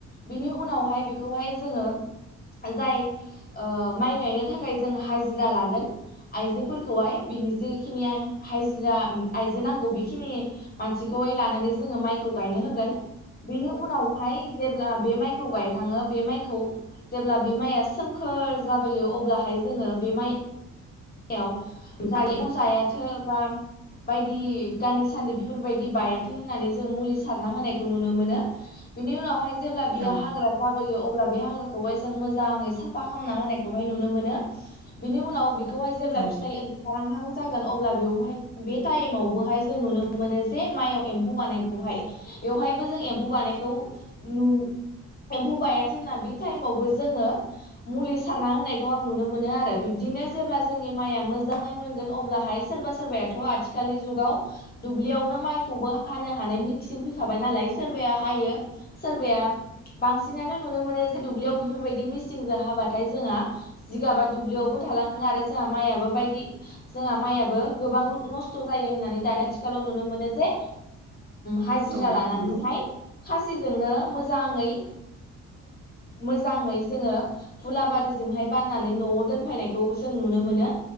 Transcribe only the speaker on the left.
बिनि उनावहाय बेखौहाय जोङो जाय ओ माइ गायनो थाखाय जों हाजिरा लागोन आइजोफोरखौहाय बिनि जेखिनि हाजिरा ओम आइजो नांगौ बेखिनि मानसिखौ लानानै जोङो माइखौ गायनो होगोन बिनि उनावहाय जेब्ला बे माइखौ गायखाङो बे माइखौ जेब्ला बे माइया सोमखोर जाबोयो अब्लाहाय जोङो बे माइ याव जा एम्फौ जायाथों बा बायदि गान्दि सान्दि बेफोरबायदि बायाथों होननानै जों मुलि सारना होनायखौ नुनो मोनो बिनि उनावहाय जेब्ला बियो
हाग्रा लाबोयो अब्ला बे हाग्राखौहाय जों मोजाङै साफा खालामना होनायखौहाय नुनो मोनो बिनि उनाव बिखौहाय जेब्ला
फिथाइ ओं खारहांहां जागोन अब्ला बेयावहाय बे टाइमावबोहाय जों नुनो मोनो जे माइयाव एम्फौ बानायखौहाय बेवहायबो जों एम्फौ बानायखौ नु एम्फौ बायाथोंना बे टाइमावबो जोङो मुलि सारना होनायखौ आं नुनो मोनो आरो बिब्दिनो जेब्ला जोंनि माइया मोजाङै मोनगोन अब्लाहाय सोरबा सोरबायाथ' आथिखालनि जुगाव दुब्लियावनो माइखौबो हानो हानाय मिसिन फैखाबाय नालाय सोरबाया हायो सोरबाया बांसिनानो नुनो मोनो जे दुब्लियाव बेफोरबायदि मिसिंजों हाबाथाय जोंहा जिगाबा दुब्लियावबो थालाङो आरो जोंहा माइयाबो बायदि जोंहा माइयाबो गोबां नस्थ' जायो होननानै दानि आथिखालाव नुनो मोनो जे हाजिरा
लानानैहाय
खासिजोंनो मोजाङै मोजाङै जोङो हुलाबारिजोंहाय बाननानै न'आव दोनफैनाय बेखौबो जों नुनो मोनो